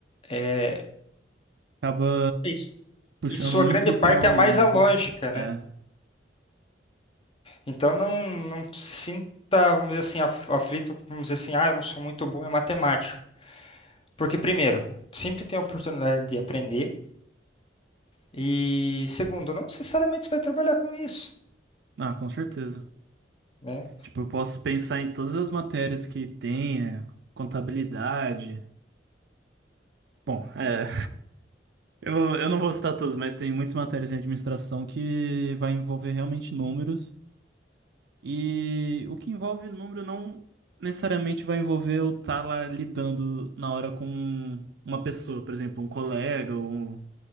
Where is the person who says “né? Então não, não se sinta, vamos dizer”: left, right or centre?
Left